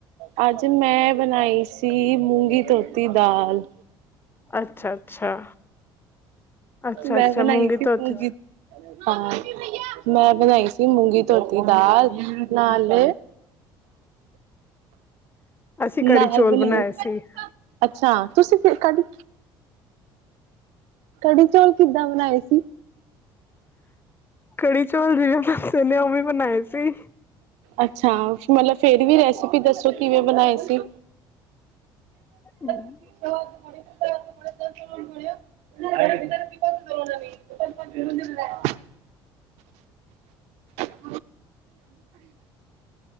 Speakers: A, on the right; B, on the left.
A: ਆਜ ਮੈਂ ਬਣਾਈ ਸੀ ਮੂੰਗੀ ਧੋਤੀ ਦਾਲ
B: ਅੱਛਾ ਅੱਛਾ ਅੱਛਾ
A: ਮੈਂ
B: ਅੱਛਾ
A: ਬਣਾਈ
B: ਮੂੰਗੀ
A: ਸੀ
B: ਧੋਤੀ
A: ਮੂੰਗੀ ਹਾਂ ਮੈਂ ਬਣਾਈ ਸੀ ਮੂੰਗੀ ਧੋਤੀ ਦਾਲ ਨਾਲ
B: ਅਸੀਂ
A: ਨਾਲ
B: ਕੜੀ ਚੌਲ
A: ਬਣਾਈ,
B: ਬਣਾਏ ਸੀ
A: ਅੱਛਾ ਤੁਸੀਂ ਫਿਰ ਕਾਦੀ ਕੜੀ ਚੌਲ ਕਿੱਦਾਂ ਬਣਾਏ ਸੀ
B: ਕੜੀ ਚੌਲ ਜਿਵੇਂ ਬਣਦੇ ਨੇ, ਉਵੇਂ ਬਣਾਏ ਸੀ
A: ਅੱਛਾ ਮਤਲਬ ਫਿਰ ਵੀ ਰੈਸਪੀ ਦੱਸੋ ਕਿਵੇਂ ਬਣਾਏ ਸੀ
B: ਹਮ
A: ਬਹੁ
B: <unintelligible>
A: ਬੜ ਬ <inaudible> ਪ <inaudible> <unintelligible>